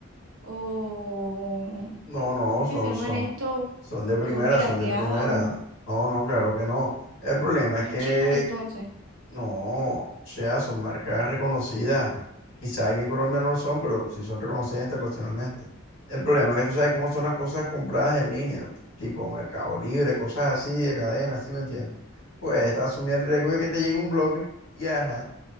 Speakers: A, on the right; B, on the left.
A: ¿O
B: No, no,
A: cómo es
B: son,
A: que se llaman
B: son,
A: estos?
B: son de primera,
A: ¿O son pirateados?
B: son de primera. No, no, claro que no. El problema
A: ¿Son
B: es que
A: chinos entonces?
B: no, o sea, son marcas reconocidas. Quizá aquí en Colombia no lo son, pero sí son reconocidas internacionalmente. El problema es que tú sabes cómo son las cosas compradas en línea, tipo Mercado Libre, cosas así de cadenas, ¿sí me entiendes? Pues te asumí el riesgo
A: Sí.
B: de que te llegue un bloque y ajá.